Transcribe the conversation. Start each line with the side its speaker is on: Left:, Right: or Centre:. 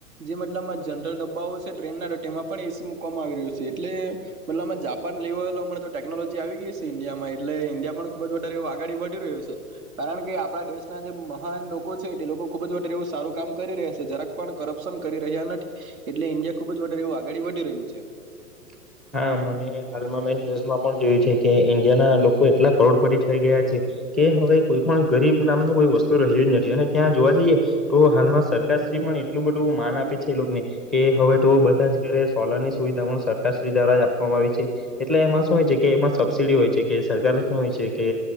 Right: જે મતલબમાં જનરલ ડબ્બાઓ છે ટ્રેન ના એમાં પણ એસી મુકવામાં આવી રહ્યો છે એટલે મતલબ માં જા પાન જેવો તો ટેનોલોજી આવી ગઈ છે ઇન્ડિયામાં એટલે ઇન્ડિયા પણ ખૂબ જ વધારે આગાડી વધી રહ્યો છે. કારણ કે આપડા દેશના જે મહાન લોકો છે તે લોકો ખુબ જ વ એવ સારું કામ કરી રહ્યા છે જરાક પણ કરપ્શન કરી રહ્યા નથી એટલે ઇન્ડિયા ખુબ જારે એવું આગળ વધી રહ્યું છે.
Centre: <inaudible> હા મને હાલમાં મેં ન્યૂઝમાં પણ જોયું છે કે ઈન્ડિયા ના લોકો એટલા કરોડપટી થઈ ગયા છે. કે હવે કોઈ પણ ગરીબ નામનું કોઈ વસ્તુ રહ્યું જ નથી અને ત્યાં જોવા જઈએ તો હાલમાં સરકાર પણ એટલું બધું માન આપે છે એને કે હવે તો બધા જ ઘરે સોલર ની સુવિધા પણ દ્વા આપવામાં આવી છે એટલે એમાં શું હોય છે કે એમાં સબસડી હોય છે કે સરકાર શું હોય છે કે